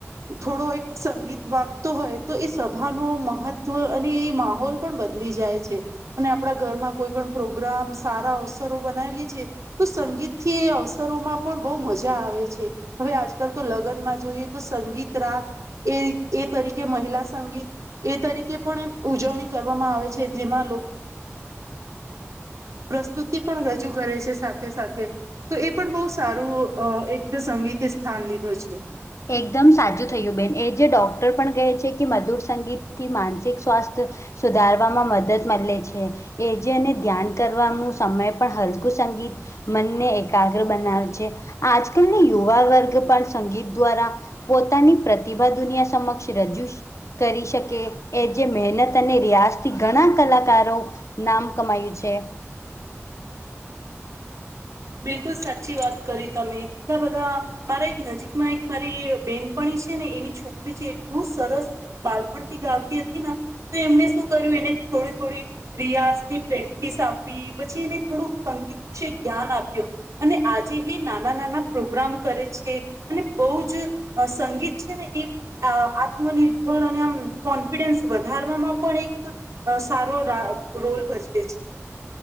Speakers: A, on the right; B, on the left.
A: થોડો એક સંગીત વાગતો હોય તો એ સભા ન મહત્વ અને એ માહોલ પણ બદલી જાય છે અને આપણા ઘરમાં કોઈ પણ પ્રોગ્રામ સારા અવસરો બનાવીએ છીએ તો સંગીતથી અવસરોમાં પણ બહુ મજા આવે છે હવે આજકાલ તો લગ્નમાં જોઈએ તો સંગીત રાત એ એ તરીકે મહિલા સંગીત એ તરીકે પણ ઉજવણી કરવામાં આવે છે જેમાં લોકો પ્રસ્તુતિ પણ રજૂ કરે છે સાથે સાથે તો એ પણ બહુ સારું એક સંગીતે સ્થાન લીધું છે
B: એકદમ સાચું થયું બેન એ જે ડોક્ટર પણ ગહે છે કે મધુર સંગીત થી માનસિક સ્વાસ્થ સુધાર વામાં મદદ મળે છે એ જેને ધ્યાન કરવાનું સમય પણ હલકું સંગીત મનને એકાગ્ર બનાવે છે આજકાલને યુવા વર્ગ પણ સંગીત દ્વારા પોતાની પ્રતિભા દુનિયા સમક્ષ રજૂ કરી શકે એ જે મહેનત અને રિયાઝથી ઘણા કલાકારો નામ કમાયું છે.
A: બિલકુલ સાચી વાત કરી તમે કેટલા બધા મારા એક નજીકમાં એક મારી બેનપણી છે ને એની છોકરી છે એટલું સરસ બાળપણ થી ગાતી હતી તો એમને શું કર્યું એને થોડી થોડી રિયાસની પ્રેક્ટિસ આપી પછી એને થોડુંક સંગીત વિશે જ્ઞાન આપ્યું અને આજે એ નાના નાના પ્રોગ્રામ કરે છે અને બહુ જ અ સંગીત છે ને એ આ આત્મનિર્ભર અને આમ કોન્ફિડન્સ વધારવામાં પણ એક અ સારો રા રોલ ભજવે છે.